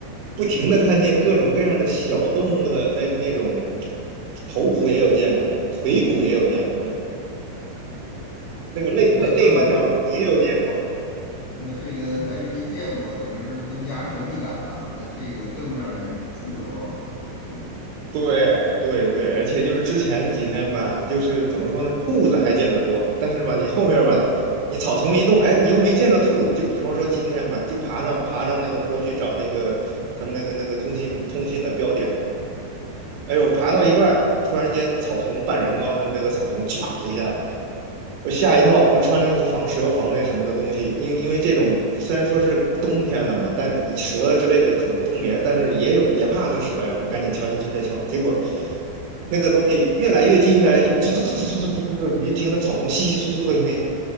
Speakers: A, on the right; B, on the left.
A: 不停的看见各种各样的小动物的那那种头骨也有见过，腿骨也有见过，那个肋肋肋巴条儿也有见过。
B: 那更。那这个还没见过，等于是增加神秘感了，那这个更让人怵得慌了。嗯
A: 对对对，而且就是之前几天吧，就是怎么说呢，兔子还见得多，但是吧，你后面吧，你草丛一动，哎，你又没见着兔子。就比方说今天吧，就爬上爬上那个坡去找那个他们那个那个通信通信的标点，哎呦，爬到一半儿突然间草丛半人高的那个草丛，唰一下我吓一跳，我们穿着那个防蛇、防那什么的东西，因为因为这种虽然说是冬天了嘛，但是蛇之类的可能冬眠，
B: 嗯
A: 但是也有也怕是蛇呀，我们赶紧敲敲敲敲敲，结果
B: 嗯
A: 那个东西越来越近，越来越近，突突突突突突突突，你就听那草丛窸窸窣窣的声音，